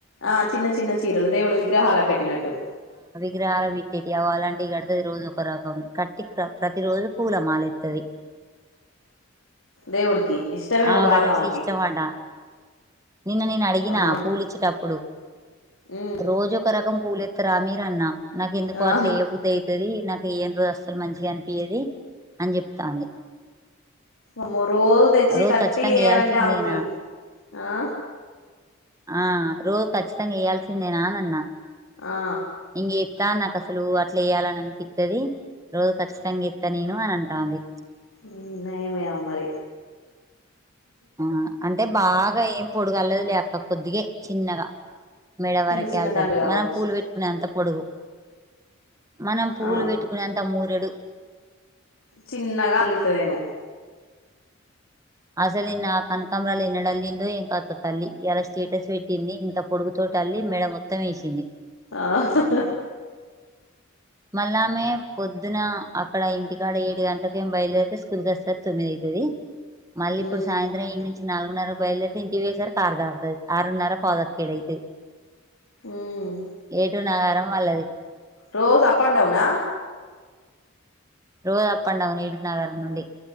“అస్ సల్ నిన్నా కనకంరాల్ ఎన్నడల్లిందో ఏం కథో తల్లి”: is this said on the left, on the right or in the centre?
Right